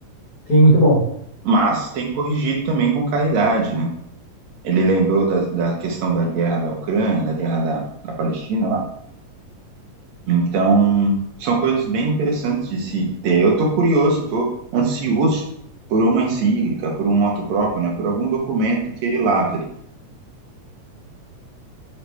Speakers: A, on the left (about 35°); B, on the right (about 70°).
A: sim, muito bom.
B: Mas tem corrigido também com caridade, né? Ele lembrou da, da questão da guerra da Ucrânia, da guerra da, da Palestina lá. Então, são coisas bem interessantes de se ter. Eu tô curioso, tô ansioso por uma encíclica, por um moto próprio, né? Por algum documento que ele lavre.